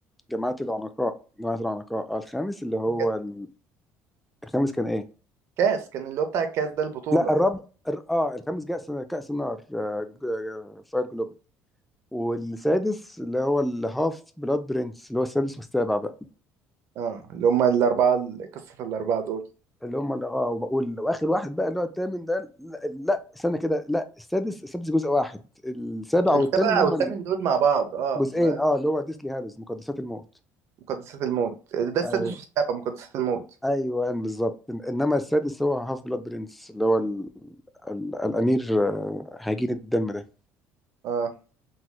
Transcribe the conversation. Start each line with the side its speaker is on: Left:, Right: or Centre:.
Centre: جماعة العنقاء جماعة العنقاء آه، الخامس اللي هو
Right: كان-
Centre: ال... الخامس كان إيه؟
Right: كاس كان اللي هو بتاع الكاس ده البطولة
Centre: لا الرابع الر- اه الخامس كأس كأس النار آه، ج- ج- فاير جلوبال والسادس اللي هو الهاف بلاد برنس اللي هو السادس والسابع بقى
Right: اه اللي هم الأربعة ال- قصة الأربعة دول
Centre: اللي هم اللي اه وبقول واخر واحد بقى اللي هو الثامن ده لا, لا استنى كده لا السادس السادس جزء واحد السابع
Right: السبعة
Centre: والثامن هم
Right: والثامن دول مع بعض اه
Centre: الجزئين
Right: أنا-
Centre: اه اللي هو ديسلي هالوز مقدسات الموت
Right: مقدسات الموت ده السادس
Centre: أي-
Right: والسابع مقدسات الموت
Centre: ايوه بالظبط إن- انما السادس هو هاف بلاد برنس اللي هو ال... ال... الامير آه، هجين الدم ده
Right: اه